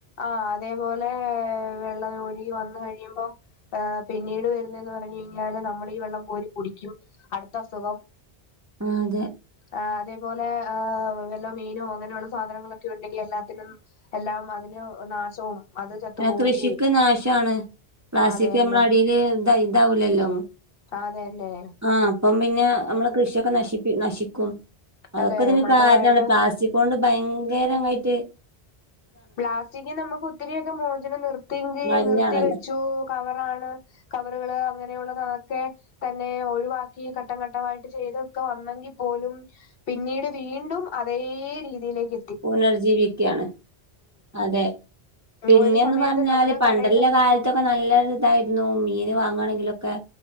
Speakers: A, on the left (about 65°); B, on the right (about 20°).
A: ആഹ് അതേപോലെ വെള്ളം ഒഴുകി വന്നു കഴിയുമ്പോ ആഹ് പിന്നീട് വരുന്നേന്ന് പറഞ്ഞ് കഴിഞ്ഞാല് നമ്മള് ഈ വെള്ളം കോരി കുടിക്കും അടുത്ത അസുഖം
B: ആഹ് അതെ
A: ആഹ് അതേപോലെ ഏഹ് വല്ലോ മീനോ അങ്ങനെയുള്ള സാധനങ്ങളൊക്കെ ഉണ്ടെങ്കിൽ എല്ലാത്തിലും എല്ലാം അതിന് നാശവും അത് ചത്തുപോവുകയും
B: ഏഹ് കൃഷിക്ക് നാശമാണ്. പ്ലാസ്റ്റിക്
A: അതെന്നെ
B: നമ്മളെ അടിയില് ഇത് ഇതാവൂല്ലല്ലോ.
A: ആഹ് അത് തന്നെ.
B: ആഹ് അപ്പം പിന്നെ നമ്മള് കൃഷിയൊക്കെ നശിപ്പി നശിക്കും. അതൊക്കെ
A: അതെ
B: ഇതിന്
A: മണ്ണുമായിട്ട്
B: കാരണമാണ് പ്ലാസ്റ്റി ക്കൊണ്ട് ഭയങ്കരങ്ങായിട്ട്
A: പ്ലാസ്റ്റിക്കിന്ന് നമുക്ക് ഒത്തിരിയൊക്കെ മോചനം നിർത്തിയെങ്കി
B: മലിനാണല്ലോ
A: നിർത്തി വെച്ചു കവറാണ് കവറുകള് അങ്ങനെയുള്ളതൊക്കെ തന്നെ ഒഴിവാക്കി ഘട്ടംഘട്ടമായിട്ട് ചെയ്തൊക്കെ വന്നെങ്കിൽ പോലും പിന്നീട് വീണ്ടും അതേ രീതിയിലേക്കെ
B: പുനർജ്ജീവിക്കയാണ്. അതെ പിന്നേന്ന്
A: ഒരു സമയത്ത്
B: പറഞ്ഞാല്
A: നമ്മള്
B: പണ്ടെല്ല
A: കടേല്
B: കാൽ ഇതൊക്ക നല്ലൊരിതായിരുന്നു മീന് വാങ്ങണെങ്കിലൊക്കെ